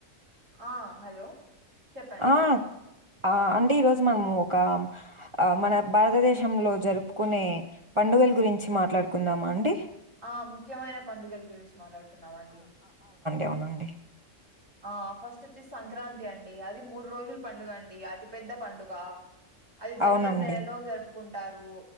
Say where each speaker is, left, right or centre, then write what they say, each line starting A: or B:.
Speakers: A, on the right (about 70°); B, on the right (about 30°).
A: ఆ హలో చెప్పండి.
B: ఆ ఆ అండి ఈరోజు మనము ఒక ఆ మన భారతదేశంలో జరుపుకునే పండుగల గురించి మాట్లాడుకుందామా అండి.
A: ఆ ముఖ్యమైన పండుగల గురించి మాట్లాడుకుందామండి.
B: యవునండి.
A: ఆ ఫస్ట్ అచ్చి సంక్రాంతి అండి. అది మూడు రోజుల పండుగ అండి, అతిపెద్ద పండుగా. అది జనవరి
B: అవునండి
A: నెలలో జరుపుకుంటారు.